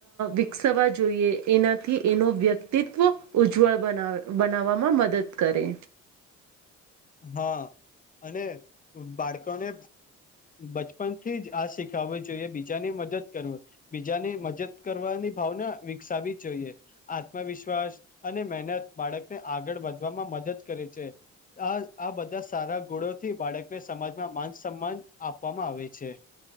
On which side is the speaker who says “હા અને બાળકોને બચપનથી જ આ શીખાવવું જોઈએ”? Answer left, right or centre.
Left